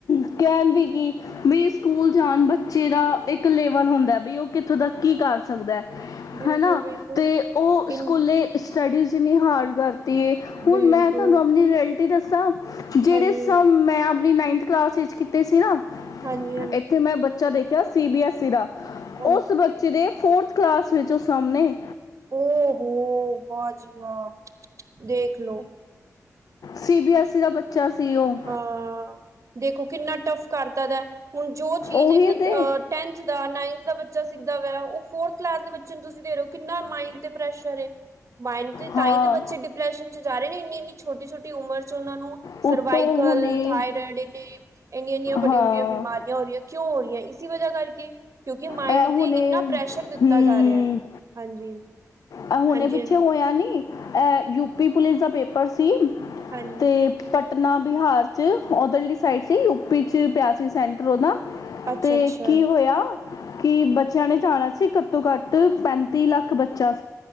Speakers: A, on the left; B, on the right.
A: <unintelligible> ਵੀ ਨਹੀਂ ਸਕੂਲ ਜਾਨ ਬੱਚੇ ਦਾ ਇੱਕ ਲੇਵਲ ਹੁੰਦਾ, ਬ ਉਹ ਕਿੱਥੋਂ ਤੱਕ ਕੀ ਕਰ ਸਕਦਾ ਹਾਂ।
B: ਬਿਲਕੁਲ
A: ਹਨਾ,
B: ਬਿਲਕੁਲ
A: ਤੇ ਉਹ ਸਕੂਲੇ
B: ਇਨ
A: ਸਟੱਡੀਜ਼ ਇਨਨੀ ਹਾਰਡ ਵਰਕ ਹੁਣ
B: ਬਿਲਕੁਲ
A: ਮੈਂ ਤੁਹਾਨੂੰ ਆਪਣੇ ਤੇ ਦੱਸਾਂ। ਜਿਹੜੇ
B: ਹਾਂਜੀ
A: <unintelligible>
B: ਹਾਂਜੀ
A: ਮੈ ਆਪਣੀ ਨਾਈਨਥ ਕਲਾਸ ਵਿੱਚ ਕੀ ਕੀਤੀ ਸੀ ਨਾ
B: ਹਾਂਜੀ -ਹਾਂਜੀ।
A: ਇੱਥੇ ਮੈਂ ਬੱਚਾ ਦੇਖਿਆ ਸੀ ਬੀ ਐੱਸ ਈ ਦਾ
B: ਹਾਂਜੀ
A: ਉਸ ਬੱਚੇ ਦੇ ਫੋਰਥ ਕਲਾਸ ਵਿੱਚ ਉਹ ਸਮ ਨੇ।
B: ਔਹੋ! ਵਾਹ ਜੀ ਵਾਹ, ਦੇਖ ਲੋੋ
A: ਸੀ ਬੀ ਐਸ ਈ ਦਾ ਬੱਚਾ ਸੀ ਉਹ
B: ਹਾਂ, ਦੇਖੋ ਕਿੰਨਾ ਟਫ ਕਰਤ ਦਾ, ਹੁਣ ਜੋ ਚੀਜ਼
A: ਉਹੀ
B: ਇੱਕ
A: ਤੇ
B: ਟੈਨਥ ਦਾ, ਨਾਈਨਥ ਦਾ ਬੱਚਾ ਸੀ ਉਹ ਫੋਰਥ ਕਲਾਸ ਦੇ ਬੱਚੇ ਨੂੰ ਤੁਸੀਂ ਦੇ ਰਹੇ ਹੋ, ਕਿੰਨਾ ਮਾਇੰਡ ਤੇ ਪ੍ਰੈਸ਼ਰ ਏ। ਮਾਇੰਡ ਤੇ
A: ਹਾਂ
B: ਤਾਂ ਹੀ ਤਾਂ ਬੱਚੇ ਡਿਪ੍ਰੈਸ਼ਨ ਚ ਜਾ ਰਹੇ ਨੇ, ਇੰਨੀ ਇੰਨੀ ਛੋਟੀ ਛੋਟੀ ਉਮਰ ਚ ਉਹਨਾਂ ਨੂੰ
A: ਉਤੋਂ
B: ਸਰਵਾਈਕਲ,
A: ਹੁਣੇ
B: ਥਾਇਰੋਇਡ, ਇਹ ਇਨੀਆਂ ਇਨੀਆਂ ਵੱਡੀਆਂ
A: ਹਾਂ
B: ਵੱਡੀਆਂ ਬਿਮਾਰੀਆਂ ਹੋ ਰਹੀਆਂ, ਕਿਉਂ ਹੋ ਰਹੀਆਂ ਕਿਸ ਦੀ ਵਜ੍ਹਾ ਕਰਕੇ ਮਾਇੰਡ
A: ਇਹ
B: ਤੇ
A: ਹੁਣੇ,
B: ਇੰਨਾ ਪ੍ਰੈਸ਼ਰ ਦਿੱਤਾ
A: ਹੂੰ,
B: ਜਾ ਰਿਹਾ ਹੈ ਹਾਂਜੀ
A: ਆ ਹੁਣੇ
B: ਹਾਂਜੀ
A: ਪਿੱਛੇ
B: ਹਾਂਜੀ
A: ਹੋਇਆ ਨੀ ਅ ਯੂਪੀ ਪੁਲਿਸ ਦਾ ਪੇਪਰ ਸੀ
B: ਹਾਂਜੀ,
A: ਤੇ ਪਟਨਾ ਬਿਹਾਰ ਚ ਉਹਧਰ ਸਾਈਡ ਸੀ, ਯੂ ਪੀ ਚ ਪਿਆਸੀ ਸੈਂਟਰ ਉਹਨਾ
B: ਅੱਛਾ-ਅੱਛਾ,
A: ਤੇ ਕੀ ਹੋਇਆ ਕਿ ਬੱਚਿਆਂ ਨੇ ਜਾਣਾ ਸੀ, ਘੱਟੋ ਘੱਟ ਪੈਂਤੀ ਲੱਖ ਬੱਚਾ